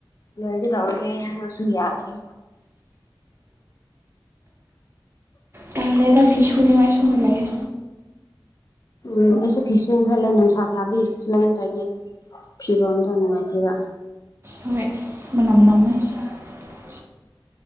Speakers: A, on the left; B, on the right.
A: ꯂꯣꯏꯒꯦ ꯇꯧꯔꯦ ꯍꯥꯏꯔꯁꯨ ꯌꯥꯗ꯭ꯔꯦ
B: ꯇꯥꯟꯂꯦꯗꯥ ꯐꯤꯁꯨꯅꯤꯉꯥꯏ ꯁꯨ ꯂꯩꯌꯦ
A: ꯎꯝ ꯑꯩꯁꯨ ꯐꯤꯁꯅꯦ ꯈꯔ ꯂꯩ ꯅꯨꯡꯁꯥ ꯁꯥꯕꯤꯗꯨꯁꯨ ꯂꯩꯅꯗ꯭ꯔꯒꯦ ꯐꯤꯔꯣꯟꯗꯣ ꯅꯨꯡꯉꯥꯏꯇꯦꯕꯥ
B: ꯍꯣꯏ <unintelligible>